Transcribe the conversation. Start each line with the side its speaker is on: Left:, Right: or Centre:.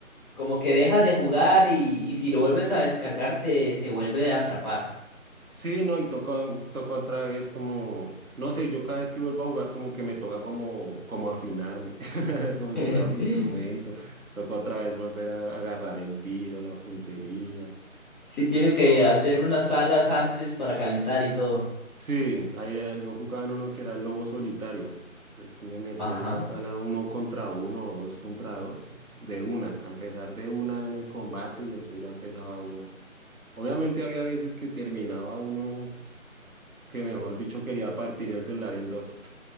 Centre: como que dejas de jugar y, y si lo vuelves a descargar te, te vuelve a atrapar.
Right: sí, no, y toca, toca otra vez como, no sé, yo cada vez que vuelvo a jugar como que me toca como, como afinarme, <laughs> como
Centre: <laughs>
Right: si fuera un instrumento. Toca otra vez volver a agarrar el tiro, la puntería.
Centre: Sí, tienes que
Right: So,
Centre: hacer unas salas antes para calentar y todo.
Right: sí, ahí, eh, yo jugaba en uno que era lobo solitario. Entonces me metía
Centre: Ajá.
Right: en una sala uno contra uno o dos contra dos, de una, a empezar de una en el combate y entonces ya empezaba uno. Obviamente había veces que terminaba uno que, mejor dicho, quería partir el celular en dos.